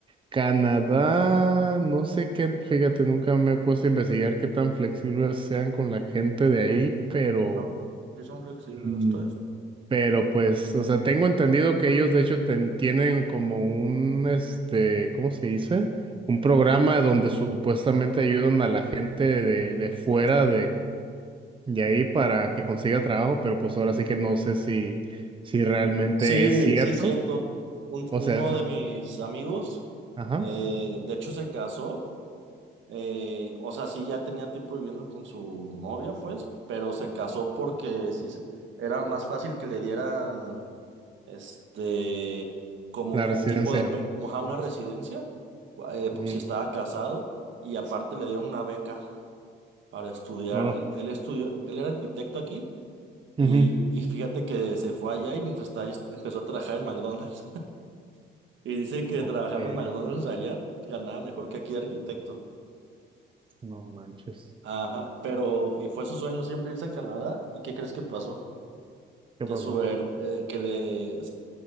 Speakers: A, on the right; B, on the right.
A: Canadá, no sé qué, fíjate, nunca me he puesto a investigar qué tan flexibles sean con la gente de ahí, pero,
B: No, sí son flexibles
A: mm,
B: los teléfonos.
A: pero pues, o sea, tengo entendido que ellos de hecho ten- tienen como un, este, ¿cómo se dice? Un programa donde supuestamente ayudan a la gente de, de fuera
B: Sí.
A: y ahí para que consiga trabajo, pero pues ahora sí que no sé si, si realmente
B: Sí,
A: es cierto.
B: sí es cierto. Un-
A: O
B: uno
A: sea,
B: de
A: o-
B: mis amigos,
A: ajá,
B: eh, de hecho, se casó. eh, o sea, sí, ya tenía tiempo viviendo con su novia, pues, pero se casó porque sí se- era más fácil que le dieran, este, como
A: la residencia.
B: un tipo de, pe- ajá, una residencia, eh, por-
A: Ujú.
B: si estaba casado, y aparte le dieron una beca para estudiar.
A: Hola.
B: Él, él estudió, él era arquitecto aquí.
A: Ujú.
B: Y, y fíjate que se fue allá y mientras estaba allá est- empezó a trabajar en McDonald's. Y dice que
A: Ok,
B: trabajando en McDonald's allá ganaba mejor que aquí de arquitecto.
A: no manches.
B: Ajá, pero y fue su sueño siempre irse a Canadá. ¿Y qué crees que pasó?
A: ¿Qué
B: Que
A: pasó?
B: su her- eh, que le